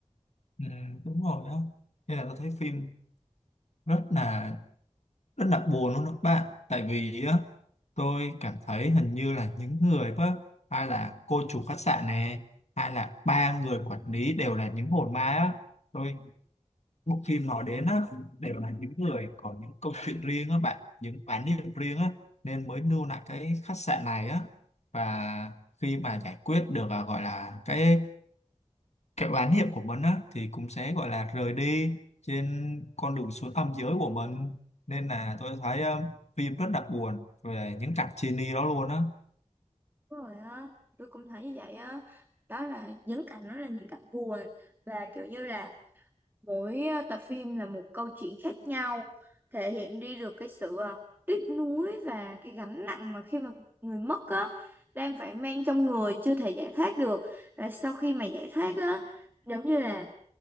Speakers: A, on the left; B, on the right.
A: ừ, đúng rồi đó nên là tôi thấy phim rất là rất là buồn luôn đó các bạn tại vì á, tôi cảm thấy hình như là những người đó hay là cô chủ khách sạn này hay là ba người quản lý đều là những hồn ma á tôi bộ phim nói đến á đều là những người có những câu chuyện riêng á bạn những án điểm riêng á nên mới lưu lại cái khách sạn này á và khi mà giải quyết được à, gọi là cái cái oán niệm của mình á thì cũng sẽ gọi là rời đi trên con đường xuống âm giới của mình nên là tôi thấy um, phim rất là buồn về những cảnh chia ly đó luôn á
B: Đúng rồi á, tôi cũng thấy như vậy á. Đó là những cảnh đó là những cảnh buồn và kiểu như là mỗi ờ, tập phim là một câu chuyện khác nhau thể hiện đi được cái sự ờ, tiếc nuối và cái gánh nặng mà khi mà người mất á đang phải mang trong người chưa thể giải thoát được. Và sau khi mà giải thoát á giống như là